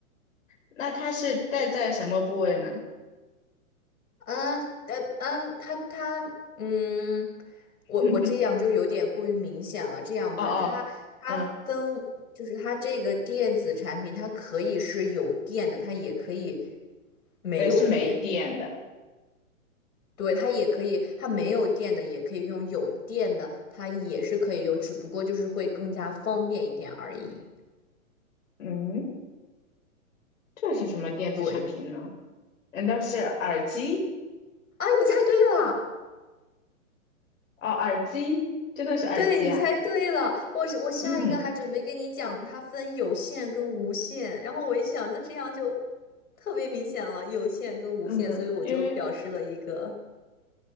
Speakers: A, on the left; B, on the left.
A: 那它是戴在什么部位呢？
B: 啊，嗯但嗯，它它嗯，我我这样就有点过于明显了，
A: <laughs>
B: 这样吧，
A: 哦哦，
B: 它它分就是它这个电子产品，
A: 嗯，
B: 它可以是有电的，它也可以没有电，
A: 呃，是没电的。
B: 对，它也可以，它没有电的也可以用，有电的它也是可以用，只不过就是会更加方便一点而已。
A: 嗯，这是什么电子产品呢？
B: 对
A: 难道是耳机？
B: 啊，你猜对了。
A: 哦，耳机，真的是耳机啊。
B: 对，你猜对了，我是我下一个还准备跟你讲，
A: 嗯
B: 它分有限跟无限，然后我一想，那这样就特别明显了，有限跟无限，
A: 嗯，
B: 所以我就表示了一个，
A: 因为